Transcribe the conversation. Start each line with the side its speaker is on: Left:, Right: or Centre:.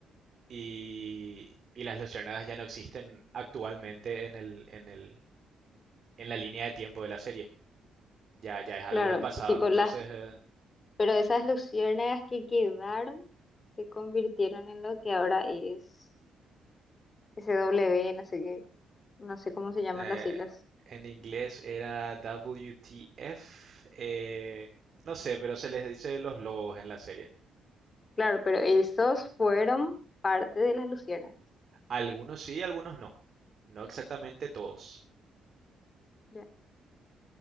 Right: y, y las luciérnagas ya no existen actualmente en el, en el, en la línea de tiempo de la serie. Ya, ya es algo
Left: Claro,
Right: del pasado.
Left: tipo
Right: Entonces,
Left: las,
Right: eh,
Left: pero esas luciérnagas que quedaron se convirtieron en lo que ahora es S w no sé qué, no sé cómo se llaman
Right: eh,
Left: las siglas.
Right: en inglés era WTF. eh, no sé, pero se les dice los lobos en la serie.
Left: Claro, pero esos fueron parte de las luciérnagas.
Right: Algunos sí, algunos no. No exactamente todos.
Left: Ya.